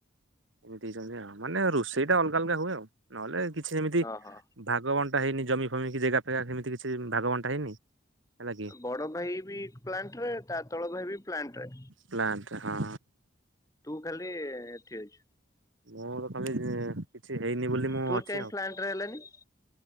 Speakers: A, on the right; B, on the left.
A: ଏମିତି ହେଇଛନ୍ତି ଆଉ ମାନେ ରୋଷେଇ ଟା ଅଲଗା ଅଲଗା ହୁଏ ଆଉ ନହେଲେ କିଛି ଯେମିତି
B: ଓହୋ।
A: ଭାଗବନ ହେଇନି ଜମି ଫାମୀ ଜାଗା ଫାଗା ସେମତି କିଛି ଭାଗବନଟା ହେଇନି ହେଲା କି
B: ବଡ ଭାଇ ବି ପ୍ଲାଣ୍ଟରେ ତା ତଳ ଭାଇ ବି ପ୍ଲାଣ୍ଟରେ।
A: ପ୍ଲାଣ୍ଟ ହଁ
B: ତୁ ଖାଲି ଠିକ ଅଛି।
A: ମୋର ତ ଖାଲି କିଛି ହେଇନି ବୋଲି ମୁଁ
B: ତୁର୍
A: ଅଛି
B: କାଇଁ
A: ଆଉ।
B: ଏ ପ୍ଲାଣ୍ଟରେ ହେଲାନି?